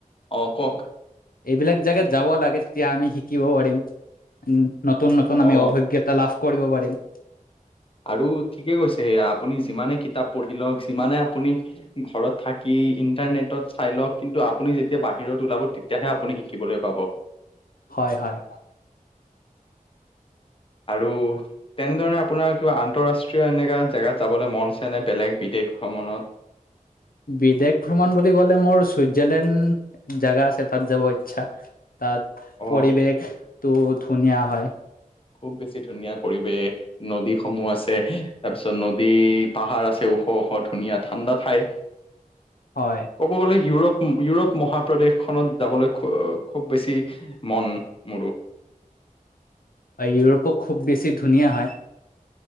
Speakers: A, on the left (about 40°); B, on the left (about 85°).
A: অঁ কওঁক?
B: এইবিলাক জাগাত যাব লাগে তেতিয়া আমি শিকিব পাৰিম। উম, নতুন নতুন আমি
A: অ
B: অভিজ্ঞতা লাভ কৰিব পাৰিম।
A: আৰু ঠিকে কৈছে সেয়া আপুনি যিমানে কিতাপ পঢ়ি লওঁক, যিমানে আপুনি- ঘৰত থাকি ইন্টাৰনেটত চাই লওঁক কিন্তু আপুনি যেতিয়া বাহিৰত ওলাব তেতিয়াহে আপুনি শিকিবলৈ পাব।
B: হয়, হয়।
A: আৰু- তেনেধৰণে আপোনাৰ কিবা আন্তঃৰাষ্ট্ৰীয় এনেকুৱা জেগাত যাবলৈ মন আছে নে বেলেগ বিদেশ ভ্ৰমণত?
B: বিদেশ ভ্ৰমণ বুলি ক'লে, মোৰ চুইজাৰলেণ্ড জেগা আছে তাত যাব ইচ্ছা। তাত
A: অ
B: পৰিৱেশটো ধুনীয়া হয়।
A: খুব বেছি ধুনীয়া পৰিৱেশ। নদীসমূহ আছে, তাৰপিছত নদী পাহাৰ আছে ওখ ওখ ধুনীয়া ঠাণ্ডা ঠাই।
B: হয়।
A: ক'ব গ'লে ইউৰোপ -ইউৰোপ মহাপ্ৰদেশখনত যাবলৈ খ- খুব বেছি- মন মোৰো।
B: ইউৰোপক খুব বেছি ধুনীয়া হয়।